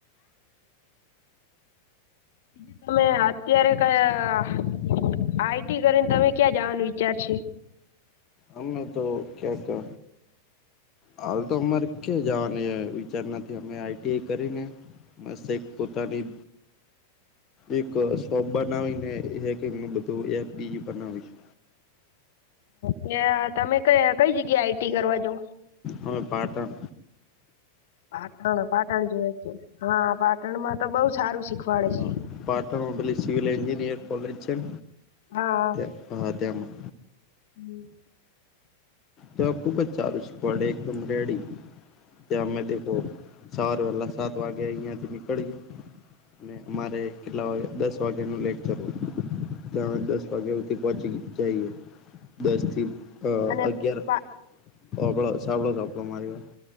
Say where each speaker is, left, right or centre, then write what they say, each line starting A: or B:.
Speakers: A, on the left; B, on the left.
A: બીજું તમે અત્યારે કયા આઈ ટી કરીને તમે ક્યાં જવાનું વિચાર છે.
B: અમે તો એ તો હાલ તો અમારે ક્યા જવાની વિચાર નથી અમે આઈ ટી કરીને. મસ્ત એક પોતાની એક શોપ બનાવીને એક -એકનું બધું એ બીયું બનાવીશું.
A: કે તમે ક કઈ જગ્યા આઈ ટી કરવા જવ.
B: અમે પાટણ.
A: પાટણ- પાટણ જોવે છે. હા, પાટણ માં તો બઉ સારું શીખવાડે છે.
B: હા પાટણમાં પેલી સિવલ એન્જિર કોલેજ છે ન.
A: હા આ.
B: ત્યાં હા તેમાં.
A: હમ્મ.
B: તો ખુબ જ સારું છે પડે એકમરેેડી ત્યાં અમે દેખો સવારે વહેલા સાત વાગે અહીયા થી નીકળીએ, અને અમારે કેટલા વાગે દસ વાગ્યા નું લેક્ચર હોય ત્યાં દસ વાગ્યા સુધી પોચી <unintelligible> જઈએ દસ થી અ
A: અને
B: અગિયાર
A: પા
B: ઓ સાભળો <unintelligible> આપવામાં આયવા